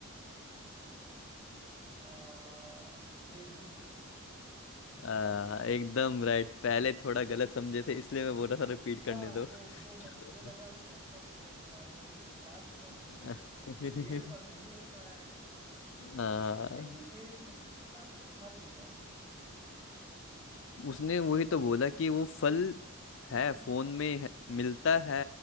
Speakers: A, on the right (about 25°); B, on the left (about 55°).
A: आ, फेसबुक
B: आ, एकदम राइट पहले थोड़ा गलत समझे थे इसलिए मैं बोल रहा था रिपीट
A: हाँ
B: करने दो
A: वो वो मैं
B: चलो
A: मुझे लगा वो एप्पल फोन के बारे में लेकिन बाद में मैं मुझे
B: <laughs>
A: कि पेड़ पर नहीं होता है तो फिर
B: हाँ
A: लेकिन ये फेसबुक किस हिसाब से फल हुआ
B: उसने वही तो बोला कि वो फल है फोन में है, मिलता है